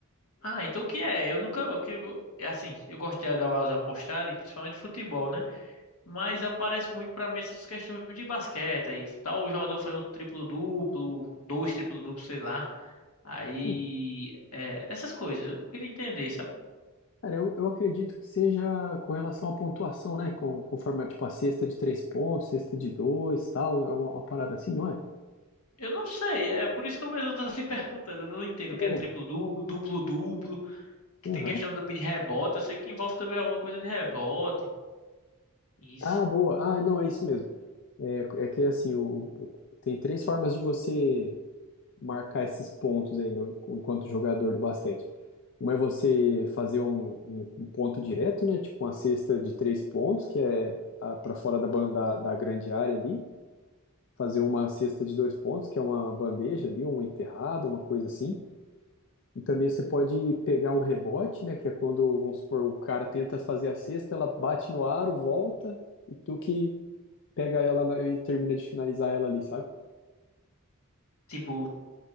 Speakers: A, on the left; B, on the left.
A: Ah, então o que é? Eu nunca, o que eu- é assim, eu gosto de dar umas apostadas, em, principalmente futebol, né? Mas aparece muito pra mim essas questões de basquete, aí tal jogador fazendo um triplo-duplo, dois triplo-duplos, sei lá. Aí,
B: Sim.
A: é, essas coisas, eu queria entender, sabe?
B: Cara, eu, eu acredito que seja com relação à pontuação, né? Com, conforme, tipo, a cesta de três pontos, cesta de dois, tal. É uma, uma parada assim, não é?
A: Eu não sei, é por isso que eu mesmo <laughs> tô se perguntando, eu não entendo o
B: É.
A: que é triplo-duplo, duplo-duplo, que
B: Aham.
A: tem questão também de rebote, eu sei que envolve também alguma coisa de rebote, isso.
B: Ah, boa. Ah, não, é isso mesmo. É, é que assim, o, o- tem três formas de você marcar esses pontos aí no- enquanto jogador do basquete. Uma é você fazer um, um- um ponto direto, né? Tipo uma cesta de três pontos, que é para fora da, ban- da, da grande área ali. Fazer uma cesta de dois pontos, que é uma bandeja ali, uma enterrada, uma coisa assim. E também você pode pegar um rebote, né? Que é quando, vamos supor, o cara tenta fazer a cesta, ela bate no aro, volta, e tu que pega ela na- e termina de finalizar ela ali, sabe?
A: Tipo,